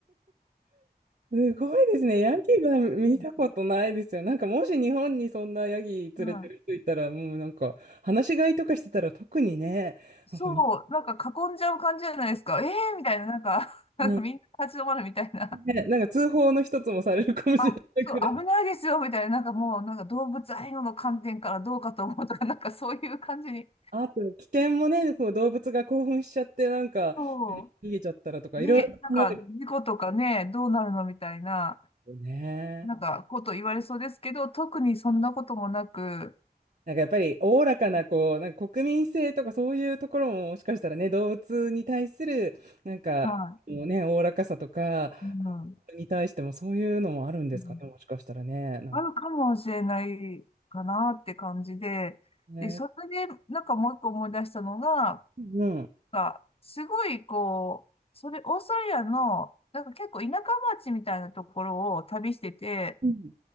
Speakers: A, on the right (about 50°); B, on the left (about 35°).
A: すごいですね。ヤギは見たことないですよ。
B: うん、
A: なんかもし日本にそんなヤギ連れてる人いたら、
B: うん
A: もうなんか、話し飼いとかしてたら特にね、
B: そう、
A: なんか
B: なんか囲んじゃう感じじゃないですか。えーみたいな、なんか <laughs>
A: うん
B: みんな立ち止まるみたいな。
A: ねなんか通報の一つもされるかもしれないくらい。
B: あ、そう、危ないですよ、みたいな、なんかもう、なんか動物愛護の観点からどうかと思うとか、<laughs> なんかそういう感じに、
A: あと、危険もね、こう動物が興奮しちゃって、なんか
B: そう、
A: 逃げちゃったらとか、
B: 逃げ、
A: いろいろ考える
B: なんか事故とかね、どうなるのみたいな、
A: ね。
B: なんかこと言われそうですけど、特にそんなこともなく、
A: なんかやっぱり、おおらかな、こう、なんか国民性とかそういうところも、もしかしたらね、動物に対する、なんか、
B: は
A: こうね、おおらかさとか、
B: い、うん、
A: に対してもそういうのもあるんですかね、
B: うん
A: もしかしたらね。なんか
B: あるかもしれないかなって感じで、
A: ね。
B: で、それで、なんかもう一個思い出したのが、
A: うん。
B: なんかすごい、こう、それ、オーストラリアの、なんか結構田舎町みたいなところを旅してて、
A: うん。